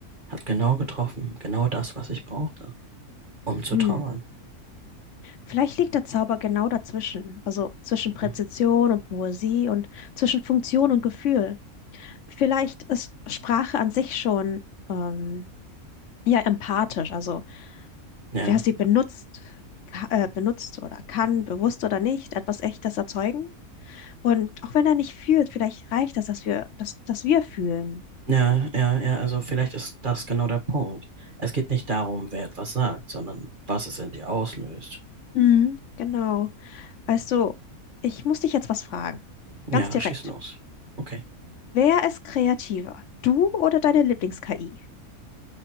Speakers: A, on the right; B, on the left.
A: hat genau getroffen. Genau das, was ich brauchte, um zu
B: Hm.
A: trauern.
B: Vielleicht liegt der Zauber genau dazwischen, also zwischen
A: Mhm.
B: Präzision und Poesie und zwischen Funktion und Gefühl. Vielleicht ist Sprache an sich schon ähm, ja empathisch, also
A: Ja.
B: wer sie benutzt, ka- äh, benutzt oder kann, bewusst oder nicht, etwas Echtes erzeugen. Und auch wenn er nicht fühlt, vielleicht reicht das, dass wir, dass, dass wir fühlen.
A: Ja, ja, ja, also vielleicht ist das genau der Punkt. Es geht nicht darum, wer etwas sagt, sondern was es in dir auslöst.
B: Mhm, genau. Also, ich muss dich jetzt was fragen.
A: Ja,
B: Ganz direkt.
A: schieß los. Okay,
B: Wer ist kreativer? Du oder deine Lieblings-KI?